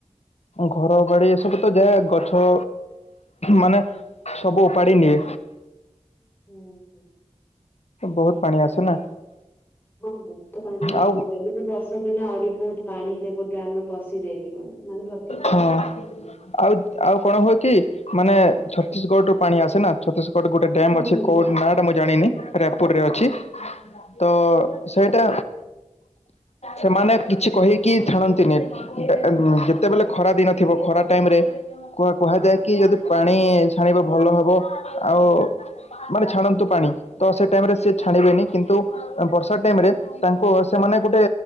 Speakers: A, on the left; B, on the left.
A: ଘର ଗାଡି ଏସବୁ ତ ଯାଏ ଗଛ ମାନେ ସବୁ ଉପାଡିନିଏ।
B: ହୁଁ- ହୁଁ।
A: ବହୁତ୍ ପାଣି ଆସେ ନା।
B: ହଁ ବହୁତ ପାଣି ଆସୁଚି
A: ଆଉ
B: ଏବେ ତ ବର୍ଷା ଦିନ ଆହୁରି ବହୁତ୍ ପାଣି ହୀରାକୁଦ୍ ଡ୍ୟାମ୍ ରେ ପଶି ଯାଇଥିବ ମାନେ
A: ହଁ
B: <unintelligible>
A: ଆଉ ଆଉ କଣ ହୁଏ କି ମାନେ ଛତିଶଗଡ୍ ରୁ ପାଣି ଆସେ ନା ଛତିଶଗଡ୍ ଗୋଟ୍ ଡ୍ୟାମ୍
B: ହୁଁ
A: ଅଛି
B: ହୁଁ
A: କଉ ନାଁ ଟା ମୁଁ ଜାଣିନି ରାୟପୁରରେ ଅଛି।
B: ହୁଁ।
A: ତ ସେଇଟା ସେମାନେ କିଛି କହିକି ଛାଣନ୍ତିନି ଏ-ଏ-ଯେତେବେଲେ ଖରା ଦିନ ଥିବ ଖରା ଟାଇମ୍ ରେ କୁ- କୁହାଯାଏ କି ଯଦି ପାଣି ଛାଣିବ ଭଲ ହବ ଆଉ ମାନେ ଛାଣନ୍ତୁ ପାଣି ତ ସେ ଟାଇମ୍ ରେ ସିଏ ଛାଣିବେନି କିନ୍ତୁ ଆ-ବର୍ଷା ଟାଇମ୍ ରେ ତାଙ୍କ ସେମାନେ ଗୋଟେ